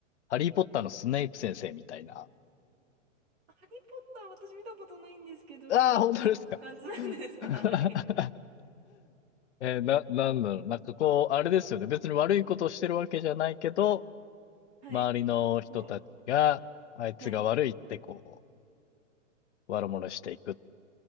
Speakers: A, on the left; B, on the right.
A: ハリー・ポッターのスネイプ先生みたいな。
B: ハリー・ポッター私見たことないんですけど、
A: ああ、本当ですか。
B: そんな感じなんですかはい。
A: <laughs> えーな、なんだろう。なんかこう、あれですよね。別に悪いことをしてるわけじゃないけど、
B: はい。
A: 周りの人たちが、
B: そう。
A: あいつが悪いってこ
B: はい。
A: う、悪者していく。